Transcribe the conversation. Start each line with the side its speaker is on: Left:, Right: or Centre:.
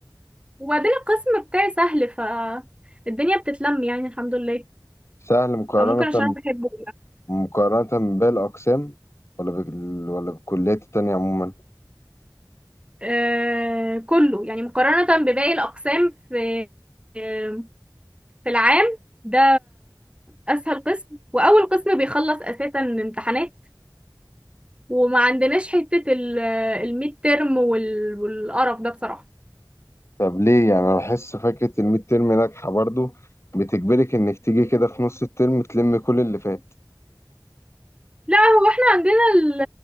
Right: وبعدين القسم بتاعي سهل فالدنيا بتتلم يعني الحمد لله
Left: سهل مقارنة
Right: او ممكن عشان أنا بحبه
Left: مقارنة باقي الاقسام ولا بال... ولا بالكليات التانية عموما
Right: آه، كله يعني مقارنة بباقي الأقسام في آه، في العام ده أسهل قسم وأول قسم بيخلص أساسا امتحانات وما عندناش حتة ال- الميد ترم وال- والقرف ده بصراحة
Left: طب ليه يعني انا بحس فكره الميد ترم ناجحه برضو بتجبرك انك تيجي كده في نص الترم تلم كل اللي فات
Right: لا هو احنا عندنا ال-